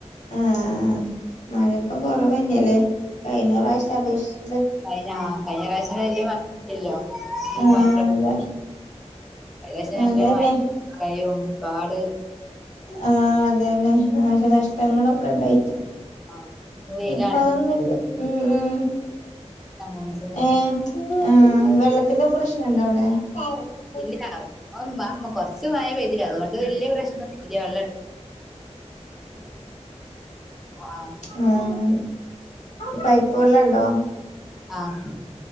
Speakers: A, on the left (about 80°); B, in the centre.
A: ആഹ് മഴപ്പം കൊറവന്നേലേ. കഴിഞ്ഞ പ്രാവശ്യത്തെ അപേക്ഷിച്ച്
B: കഴിഞ്ഞാ കഴിഞ്ഞ പ്രാവശ്യം വല്യ മഴല്ലല്ലോ. ഈ
A: ആഹ്
B: പ്രാവശ്യ
A: അതെ
B: കഴിഞ്ഞ പ്രാവശ്യം നല്ല
A: അതന്നെ
B: മഴ് <unintelligible> കാട്
A: ആഹ് അതെന്നെ. നാശനഷ്ടങ്ങളൊക്കെണ്ടായിട്ട്
B: ആഹ് ഇന്ന് വെയിലാണ്
A: ഇപ്പതൊന്നുല്ല. ഉം ഉം
B: മൂന്ന് ദിവസം മുന്നേ
A: ഏഹ്, വെള്ളത്തിന്റെ പ്രശ്നണ്ടവ്ടെ? <unintelligible>
B: ഇല്ല <unintelligible> കൊർച്ച് മഴ പെയ്തിലേ അതുകൊണ്ട് അത് വല്യയ പ്രശ്നം ഒന്നുല വെള്ളം എട ആഹ്
A: ഉം പൈപ്പ് വെള്ളമുണ്ടോ
B: ആഹ്